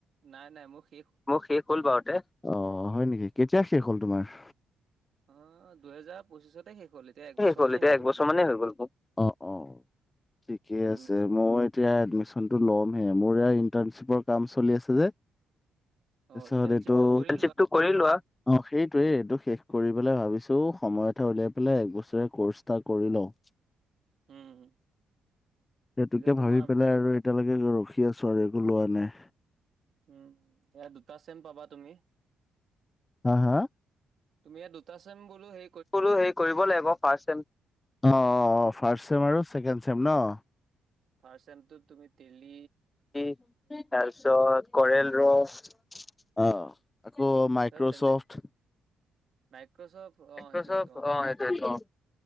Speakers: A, on the right; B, on the left.
A: নাই, নাই মোৰ শে
B: মোৰ শেষ হ'ল বাৰুতে। অ', হয়, নেকি কেতিয়া শেষ হ'ল তোমাৰ?
A: অ', দুহেজাৰ পঁচিছতে শেষ হ'ল এতিয়া একবছৰ
B: শেষ হ'ল
A: মানেই
B: এতিয়া
A: হৈ
B: একবছৰ
A: গ'ল মোৰ
B: মানেই হৈ গ'ল মোৰ। অ', অ', ঠিকেই
A: উম
B: আছে। মইও এতিয়া এডমিশ্যনটো ল'মহে মোৰ এয়া ইন্টাৰশ্বিপৰ কাম চলি আছে যে। <inaudible>
A: অ
B: কৰি
A: ইণ্টাৰ্ণশ্বিপটো
B: লোৱা
A: কৰি
B: অ', সেইটোয়ে এইটো শেষ কৰি পেলাই ভাবিছোঁ সময় এটা উলিয়াই পেলাই এক বছৰ ৰীয়া কৰ্চ এটা কৰি লওঁ।
A: উম।
B: সেইটোকে
A: তেতিয়া তোমাৰ
B: ভাবি পেলাই আৰু এতিয়ালৈকে ৰখি আছোঁ আৰু একো লোৱা নাই।
A: উম, এ, দুটা চেম পাবা তুমি।
B: হা, হা!
A: তুমি এতিয়া দুটা চেম বোলো হে
B: বোলো হেৰি কৰিব লাগিব ফাষ্ট ছেম, অ', অ', ফাষ্ট ছেম আৰু ছেকেণ্ড ছেম ন!
A: ফাষ্ট ছেমটোত তুমি ডেইলী
B: <unintelligible> তাৰপিছত কৰেল ৰ অ', আকৌ মাইক্ৰ'চফ্ট
A: তাৰপিছত তেনে মাইক্ৰচফ্ট অ
B: মাইক্ৰচফ্ট,
A: সেইটো সেইটো
B: অ', সেইটোৱে টো অ',